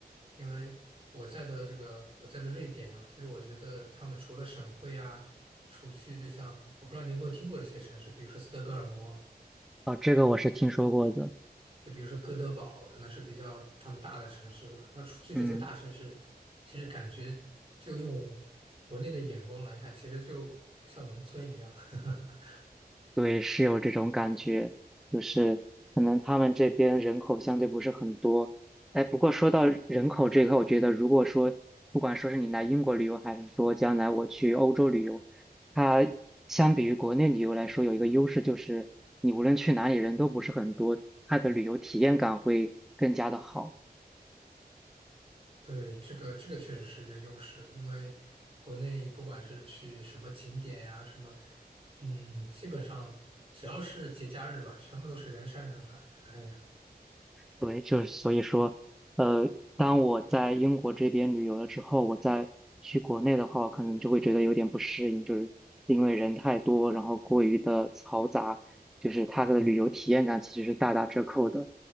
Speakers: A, on the right (about 35°); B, in the centre.
A: 因为我在的这个我在的瑞典啊，其实我觉得他们除了省会啊，除去就像我不知道你有没有听过这些城市，比如说斯德哥尔摩啊
B: 哦，这个我是听说过的。
A: 就比如说哥德堡，可能是比较他们大的城市了。然后出去这些大城市，
B: 嗯。
A: 其实感觉就用国内的眼光来看，其实就像农村一样。<laughs>
B: 对，是有这种感觉，就是可能他们这边人口相对不是很多。哎，不过说到人口这一块，我觉得如果说不管说是你来英国旅游，还是说将来我去欧洲旅游，它相比于国内旅游来说，有一个优势就是你无论去哪里人都不是很多，它的旅游体验感会更加的好。
A: 对，这个这个确实是一个优势，因为国内不管是去什么景点呀、什么，嗯，基本上只要是节假日吧，全部都是人山人海。哎呀。
B: 对，就是所以说，呃，当我在英国这边旅游了之后，我再去国内的话，我可能就会觉得有点不适应，就是因为人太多，然后过于的嘈杂，就是它的旅游体验感其实是大打折扣的。